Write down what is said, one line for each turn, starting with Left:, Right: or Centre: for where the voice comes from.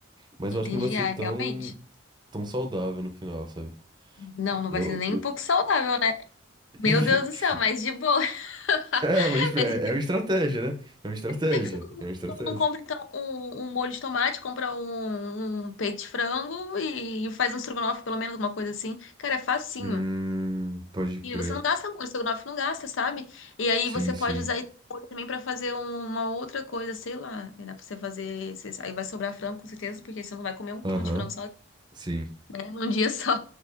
Right: Mas
Left: Entendi.
Right: eu acho que não vai ser
Left: Ah,
Right: tão,
Left: realmente.
Right: tão saudável no final, sabe?
Left: Não, não
Right: Eu,
Left: vai ser nem um pouco saudável, né? Meu
Right: <laughs>
Left: Deus do céu, mas de boa. <laughs>
Right: É, mas é,
Left: Mas
Right: é uma estratégia, né? É uma estratégia.
Left: Por que que você
Right: É uma estratégia.
Left: não, não compra, então, um, um molho de tomate, compra um, um peito de frango e, e faz um estrogonofe, pelo menos, alguma coisa assim? Cara, é facinho.
Right: Hum, pode crer.
Left: E você não gasta muito, estrogonofe não gasta, sabe? E aí
Right: Sim,
Left: você pode
Right: sim.
Left: usar esse molho também pra fazer um- uma outra coisa, sei lá. E dá pra você fazer. esse- Aí vai sobrar frango, com certeza, porque você não vai comer um quilo
Right: Aham,
Left: de frango só,
Right: sim.
Left: né, num dia <laughs> só.